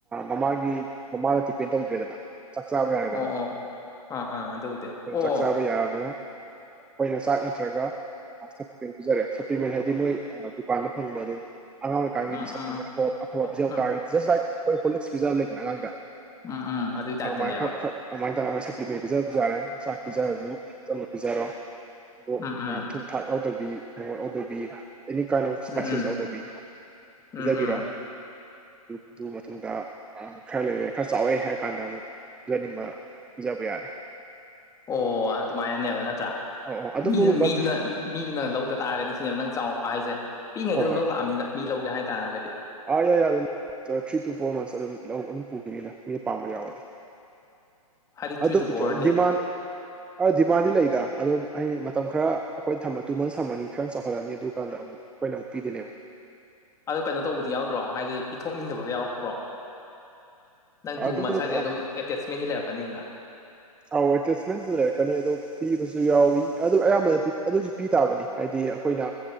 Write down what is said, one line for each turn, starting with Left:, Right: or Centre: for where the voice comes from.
Centre: ꯃꯃꯥꯒꯤ ꯃꯃꯥꯗ ꯗꯤꯄꯦꯟ ꯇꯧꯗ꯭ꯔꯦꯗꯅ ꯆꯥꯛ ꯆꯥꯕ ꯌꯥꯔꯦꯗꯅ
Left: ꯑꯣ ꯑꯣ ꯑꯥ ꯑꯥ ꯑꯗꯨꯕꯨꯗꯤ ꯑꯣ
Centre: ꯑꯗꯨ ꯆꯥꯛ ꯆꯥꯕ ꯌꯥꯅꯤꯅ ꯑꯩꯈꯣꯏꯅ ꯆꯥꯛ ꯅꯠꯇ꯭ꯔꯒ ꯁꯦꯟ ꯄꯤꯖꯔꯦ ꯁꯄ꯭ꯂꯤꯃꯦꯟ ꯍꯥꯏꯗꯤ ꯃꯣꯏ ꯗꯨꯀꯥꯟꯗ ꯐꯪꯕ ꯑꯗꯨꯝ ꯑꯉꯥꯡꯑꯣꯏꯔꯤꯀꯥꯟꯒꯤꯗꯤ
Left: ꯎꯝ
Centre: ꯁꯞꯄꯔꯤꯃꯦꯟ
Left: ꯎꯝ
Centre: ꯑ ꯑꯐꯕ
Left: ꯑꯣ
Centre: ꯄꯤꯖ ꯍꯧ
Left: ꯎꯝ
Centre: ꯇꯥꯔꯗꯤ ꯖꯁ ꯂꯥꯏꯛ ꯑꯩꯈꯣꯏ ꯍꯣꯂꯤꯇꯤꯛꯁ ꯄꯤꯖꯕ ꯂꯩꯗꯅ ꯑꯉꯥꯡꯗ
Left: ꯎꯝ ꯎꯝ ꯑꯗꯨꯏ ꯇꯥꯏꯞꯇꯅꯦꯕ
Centre: ꯑꯥꯏ ꯃꯥꯏ ꯈꯥꯔ ꯇꯥ ꯁꯦꯄ꯭ꯂꯤꯃꯦꯟ ꯄꯤꯖꯕꯁꯨ ꯌꯥꯔꯦ ꯆꯥꯛ ꯄꯤꯖꯔꯁꯨ ꯆꯠꯂ ꯄꯤꯖꯔꯣ ꯑꯣꯛ
Left: ꯎꯝ ꯎꯝ
Centre: ꯑ ꯊꯨꯝ ꯊꯥꯛ ꯌꯥꯎꯗꯕꯤ ꯃꯣꯔꯣꯛ ꯌꯥꯎꯗꯕꯤ ꯑꯦꯅꯤ ꯀꯥꯏꯟ ꯑꯣꯐ ꯏꯁꯄꯥꯏꯁꯤꯁ
Left: ꯎꯝ
Centre: ꯌꯥꯎꯗꯕꯤ
Left: ꯎꯝ
Centre: ꯄꯤꯖꯕꯤꯔꯣ
Left: ꯎꯝ ꯎꯝ
Centre: ꯑꯗꯨ ꯃꯇꯨꯡꯗ ꯈꯔ ꯂꯩꯔꯦ ꯈꯔ ꯆꯥꯎꯋꯦ ꯍꯥꯏꯔ ꯀꯥꯟꯗ ꯑꯃꯨꯛ ꯄꯤꯖꯅꯤꯡꯕ ꯄꯤꯖꯕ ꯌꯥꯔꯦ
Left: ꯑꯣ ꯑꯗꯨꯃꯥꯏꯅꯅꯦꯕ ꯅꯠꯇ꯭ꯔꯥ
Centre: ꯑꯧ ꯑꯧ ꯑꯗꯨꯕꯨ
Left: ꯃꯤꯗꯨ
Centre: ꯕꯠ
Left: ꯃꯤꯗꯨꯅ ꯃꯤꯗꯨꯅ ꯂꯧꯗ ꯇꯥꯔꯒꯗꯤ ꯁꯤꯅꯦꯕ ꯅꯪ ꯆꯥꯎꯔꯛꯄ ꯍꯥꯏꯁꯦ ꯄꯤꯏꯉꯩꯗ
Centre: ꯍꯣꯏ
Left: ꯑꯗꯨꯝ
Centre: ꯍꯣꯏ
Left: ꯂꯧ ꯂꯥꯛꯑꯅꯤꯅ ꯃꯤ ꯂꯧꯒꯦ ꯍꯥꯏꯇꯥꯥꯔꯒꯗꯤ
Centre: ꯑꯥ ꯌꯥꯏ ꯌꯥꯔ ꯑꯗꯨꯝ ꯊ꯭ꯔꯤ ꯇꯨ ꯐꯣꯔ ꯃꯟꯁ ꯑꯗꯨꯝ ꯂꯧ ꯑꯗꯨꯝ ꯄꯨꯈꯤꯅꯤꯅ ꯃꯤꯅ ꯄꯥꯝꯕ ꯌꯥꯎꯔꯗꯤ
Left: ꯍꯥꯏꯗꯤ ꯊ꯭ꯔꯤ
Centre: ꯑꯗꯨꯕꯨ
Left: ꯇꯨ ꯐꯣꯔꯗꯤ
Centre: ꯗꯤꯃꯥꯟ ꯗꯤꯃꯥꯟꯗꯤ ꯂꯩꯗ ꯑꯗꯨꯝ ꯑꯩ ꯃꯇꯝ ꯈꯔ ꯑꯩꯈꯣꯏ ꯊꯃ ꯇꯨ ꯃꯟꯁ ꯊꯝꯃꯅꯤ ꯈꯔ ꯆꯥꯎꯍꯜꯂꯅꯤ ꯑꯗꯨꯀꯥꯟꯗ ꯑꯃꯨꯛ ꯑꯩꯈꯣꯏꯅ ꯑꯃꯨꯛ ꯄꯤꯗꯣꯏꯅꯦꯕ
Left: ꯑꯗꯨ ꯀꯩꯅꯣ ꯇꯧꯕꯗꯤ ꯌꯥꯎꯗ꯭ꯔꯣ ꯍꯥꯏꯗꯤ ꯄꯤꯊꯣꯛꯅꯤꯡꯗꯕꯒ ꯌꯥꯎꯔꯛꯄ꯭ꯔꯣ ꯅꯪ ꯇꯨ
Centre: ꯑꯗꯨꯗꯣ
Left: ꯃꯟꯁ ꯍꯥꯏꯖꯦ ꯑꯗꯨꯝ ꯑꯦꯇꯦꯁꯃꯦꯟꯗꯤ ꯂꯩꯔꯛꯀꯅꯤꯗꯅ
Centre: ꯑꯧ ꯑꯦꯇꯁꯃꯦꯟꯖꯨ ꯂꯩꯔꯛꯀꯅꯤ ꯑꯗꯣ ꯄꯤꯕꯖꯨ ꯌꯥꯎꯋꯤ ꯑꯗꯨ ꯑꯌꯥꯝꯕꯅ ꯑꯗꯨꯖꯨ ꯄꯤ ꯇꯥꯕꯅꯤ ꯍꯥꯏꯗꯤ ꯗꯤ ꯑꯈꯣꯏꯅ